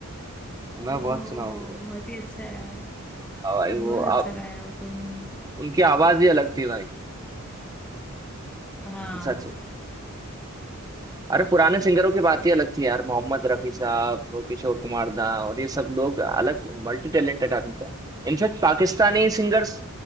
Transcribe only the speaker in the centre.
ओहो
हो
हो
हो,
बहुत ही अच्छा है यार
बहुत
अच्छा गाया वो तो उन्होंने
हाँ